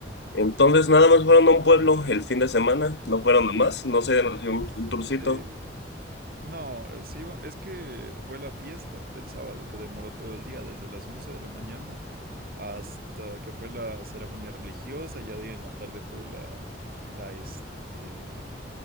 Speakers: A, on the left; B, on the right.
A: entonces nada más fueron a un pueblo el fin de semana, no fueron a
B: Sí,
A: más, no se dieron
B: este...
A: así un, un tourcito.
B: No, eh, sí, va- es que fue la fiesta del sábado que demoró todo el día, desde las 11 de la mañana hasta que fue la ceremonia religiosa, ya de ahí en la tarde fue la, la este,